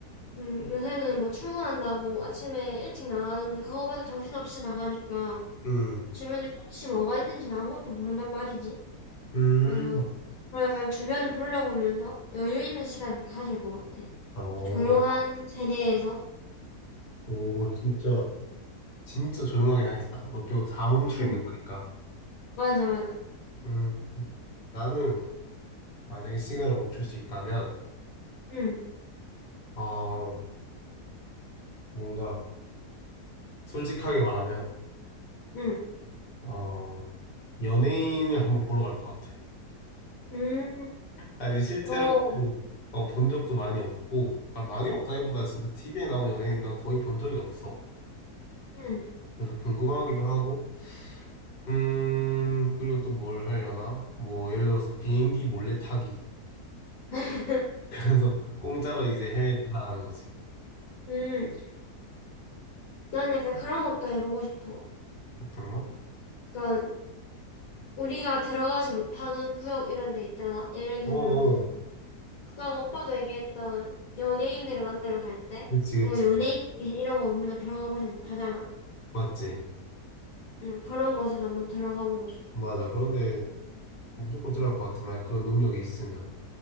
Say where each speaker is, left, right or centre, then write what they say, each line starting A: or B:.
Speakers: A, on the left; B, on the left.
A: 음, 요새는 뭐 출근한다고 아침에 일찍 나가는데 그거마저 정신없이 나가니까
B: 응,
A: 주변에 꽃이 뭐가 있는지는 아무것도 모른단 말이지.
B: 음,
A: 그래서 약간 주변을 둘러보면서 여유 있는 시간 좀 가질 것 같아.
B: 어,
A: 조용한 세계에서.
B: 오, 진짜, 진짜 조용하게 다녔다. 너 빼고 다 멈춰
A: 응,
B: 있는 거니까.
A: 맞아, 맞아.
B: 음, 나는 만약에 시간을 멈출 수 있다면,
A: 응,
B: 어, 뭔가, 솔직하게 말하면,
A: 응,
B: 어, 연예인을 한번 보러 갈 것 같아.
A: 음,
B: 아니 실제로
A: 어.
B: 뭐, 어, 본 적도 많이 없고 아, 많이 없다기보다 진짜 TV에 나온 연예인 난 거의 본 적이 없어.
A: 응.
B: 그래서 궁금하기도 하고 음 그리고 또 뭘 하려나? 뭐 예를 들어서 비행기 몰래 타기.
A: <laughs>
B: <laughs> 그래서 공짜로 이제 해외 나가는 거지.
A: 음, 난 약간 그런 것도 해보고 싶어.
B: 어떤 거?
A: 약간, 우리가 들어가지 못하는 구역 이런 데 있잖아. 예를 들면은,
B: 어어
A: 아까 오빠가 얘기했던 연예인들을 만나러 갈 때,
B: 그치
A: 뭐
B: 그치
A: 연예인 얘기 이런 거 우리가 들어가 보지 못하잖아.
B: 맞지
A: 응, 그런 곳에서 한번 들어가 보고 싶어.
B: 맞아. 그런데 무조건 들어갈 것 같아. 만약 그런 능력이 있으면